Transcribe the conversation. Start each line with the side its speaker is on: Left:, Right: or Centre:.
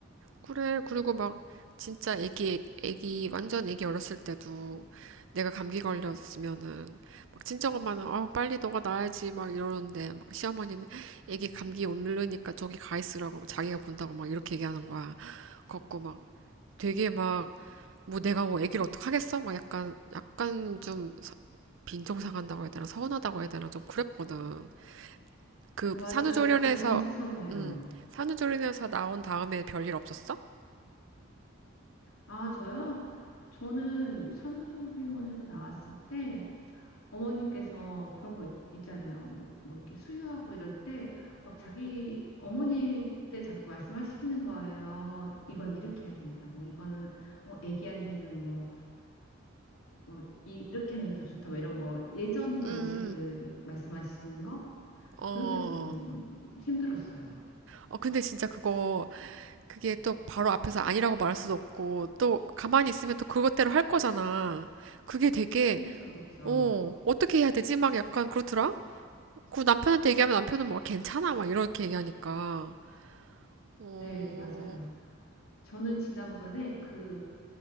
Right: 그래, 그리고 막 진짜 애기, 애기, 완전 애기 어렸을 때도 내가 감기 걸렸으면은 막 친정엄마는 어, 빨리 너가 나아야지 막 이러는데 막 시어머니는 애기 감기 옮르니까 저기 가 있으라고 자기가 본다고 막 이렇게 얘기하는 거야. 걷고 막 되게 막 뭐 내가 뭐 애기를 어떡하겠어? 막 약간, 약간 좀 서- 빈정상한다고 해야 되나 서운하다고 해야 되나 좀 그랬거든. 그
Left: 아, 맞아요.
Right: 산후조리원에서,
Left: 그런 거 진짜 서운해요.
Right: 음, 산후조리원에서 나온 다음에 별일 없었어?
Left: 아, 저요? 저는 산후조리원에서 나왔을 때 어머니께서 그런 거 있, 있잖아요. 뭐, 뭐 이렇게 수유하고 이럴 때 막 자기 어머니 때 자꾸 말씀하시는 거예요. 이건 이렇게 해야 된다. 뭐 이거는 뭐 애기한테는 뭐, 뭐 이, 이렇게 하는 게 더 좋다. 뭐 이런 거 예전 방식을
Right: 음.
Left: 말씀하시는 거
Right: 어,
Left: 그런 게 조금 힘들었어요.
Right: 어, 근데 진짜 그거, 그게 또 바로 앞에서 아니라고 말할 수도 없고, 또 가만히 있으면 또 그것대로 할 거잖아. 그게 되게,
Left: 그쵸, 그쵸.
Right: 어, 어떻게 해야 되지? 막 약간 그렇더라? 그 남편한테 얘기하면 남편은 막 괜찮아? 막 이렇게 얘기하니까. 어,
Left: 네, 맞아요. 저는 지난번에 그